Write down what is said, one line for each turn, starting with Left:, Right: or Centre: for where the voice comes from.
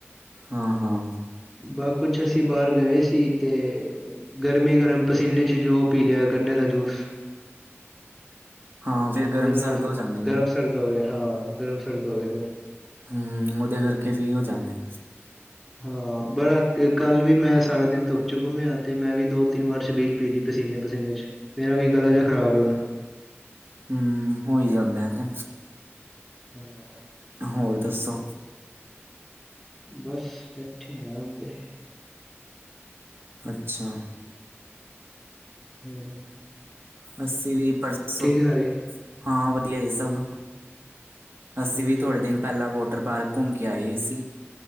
Right: ਹਾਂ-ਹਾਂ।
Centre: ਬਸ, ਕੁਛ ਅਸੀਂ ਬਾਹਰ ਗਏ ਸੀ ਤੇ ਗਰਮੀ-ਗਰਮ ਪਸੀਨੇ'ਚ ਜੋ ਪੀ ਲਿਆ ਗੰਨੇ ਦਾ ਜੂਸ।
Right: ਹਾਂ ਫਿਰ
Centre: ਤੇ ਉਹਦੇ
Right: ਗਰਮ
Centre: ਨਾਲ
Right: ਸਰਦ ਹੋ ਜਾਂਦੇ ਨੇ
Centre: ਗਰਮ
Right: ਨਾ
Centre: ਸਰਦ ਹੋਗਿਆ, ਹਾਂ, ਗਰਮ-ਸਰਦ ਹੋਗਿਆ ਫੇਰ।
Right: ਹੂੰ, ਉਹਦੇ ਕਰਕੇ ਵੀ ਹੋ ਜਾਂਦੇ।
Centre: ਹਾ। ਬ ਰਾ ਤੀ, ਕੱਲ ਵੀ ਮੈਂ ਸਾਰਾ ਦਿਨ ਧੁੱਪ'ਚੁ ਘੁੰਮਿਆ, ਤੇ 'ਮੈਂ ਵੀ ਦੋ-ਤਿੰਨ ਵਾਰ ਛਬੀਲ ਪੀ ਲਈ ਪਸੀਨੇ-ਪਸੀਨੇ'ਚ। ਮੇਰਾ ਵੀ ਗਲਾ ਜਿਹਾ ਖਰਾਬ ਏ, ਹੁਣ।
Right: ਹਂ, ਹੋਈ ਜਾਂਦਾ ਤੇ
Centre: ਹਂ
Right: ਹੋਰ ਦੱਸੋ?
Centre: ਬਸ ਬੈਠੇ ਹੋਏ ਆ ਹੁਣ ਤੇ।
Right: ਅੱਛਾ।
Centre: ਹਂ
Right: ਅੱਸੀ ਵੀ ਪਰਸੋਂ,
Centre: ਹੈ ਸਾਰੇ?
Right: ਹਾਂ ਵਧੀਆ ਐ ਸਭ। ਅਸੀਂ
Centre: ਹਾਂਜੀ,
Right: ਵੀ ਥੋੜੇ ਦਿਨ ਪਹਿਲਾਂ ਵੋਟਰ ਪਾਰਕ ਘੁੰਮ ਕੇ ਆਏ ਸੀ।